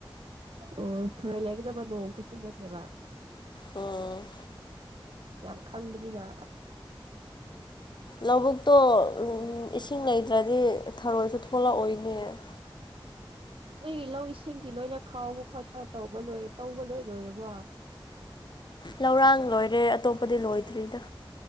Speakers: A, on the right; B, on the left.
A: ꯑꯣ ꯈꯔ ꯂꯩꯒꯗꯕ ꯅꯣꯡ ꯈꯨꯠꯁꯨ ꯅꯠꯇꯦꯕ
B: ꯎꯝ
A: ꯌꯥꯝ ꯈꯪꯕꯅꯤꯅ
B: ꯂꯧꯕꯨꯛꯇꯣ ꯏꯁꯤꯡ ꯂꯩꯇ꯭ꯔꯗꯤ ꯊꯔꯣꯏꯁꯨ ꯊꯣꯛꯂꯛꯑꯣꯏꯅꯦ <unintelligible>
A: ꯅꯣꯏꯒꯤ ꯂꯧ ꯏꯁꯤꯡꯗꯤ ꯂꯣꯏꯅ ꯈꯥꯎꯕ ꯈꯣꯠꯄ ꯇꯧꯕ ꯂꯣꯏ ꯇꯧꯕ ꯂꯣꯏ ꯂꯣꯏꯔꯕꯣ
B: ꯂꯧꯔꯥꯡ ꯂꯣꯏꯔꯦ ꯑꯇꯣꯞꯄꯗꯤ ꯂꯣꯏꯗ꯭ꯔꯤꯗ